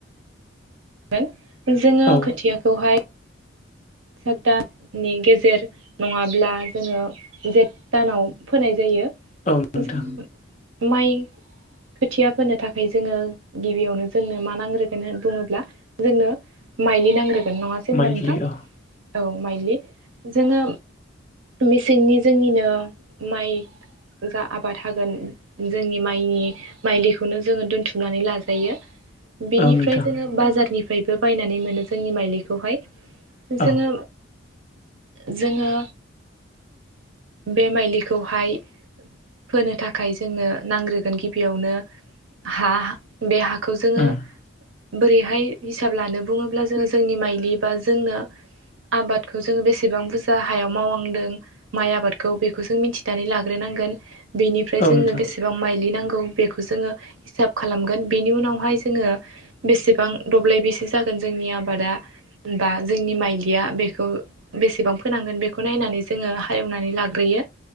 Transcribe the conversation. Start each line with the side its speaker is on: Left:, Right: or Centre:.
Right: फोगोन, जोङो
Left: औ
Right: खोथियाखौहाय सतदाननि गेजेर नङाब्ला जोङो जेठ दानाव फोनाय जायो।
Left: औ नोंथां
Right: <unintelligible> माइ खोथिया फोनो थाखाय जोङो गिबियावनो जोंनो मा नांग्रोगोन होन बुङोब्ला जोंनो माइलि नांग्रोगोन। नङासै होनबा
Left: माइलि
Right: नोंथां?
Left: औ
Right: औ माइलि जोङो मेसेंनि जोंनिनो माइ जा आबाद हागोन जोंनि माइनि माइ दैखौनो जोङो दोनथुमनानै लाजायो। बेनिफ्राय
Left: औ नोंथां
Right: जोङो बाजारनिफ्रायबो बायनानै मोनो जोंनि माइलिखौहाय जोङो
Left: औ
Right: - जोङो बे माइलिखौहाय फोनो थाखाय जोंनो नांग्रोगोन गिबियावनो हा बे हा खौ जोङो
Left: उम
Right: बोरैहाय हिसाब लानो बुङोब्ला जोङो जोंनि माइलि बा जोंनो आबादखौ जोङो बेसेबां बुरजा हायाव मावलांदों माइ आबाद बेखौ जों मिथिनानै लाग्रोनांगोन बेनिफ्राय
Left: औ
Right: जोंनो
Left: नोंथां
Right: बेसेबां माइलिनांगोन औ बेखौ जोङो हिसाब खालामगोन बेनि उनावहाय जोङो बेसेबां दब्लाय बैसे जागोन जोंनि आबादा बा जोंनि माइलिया बेखौ बेसेबां फोनांगोन बेखौ नायनानै जों जोङो हालेवनानै लाग्रोयो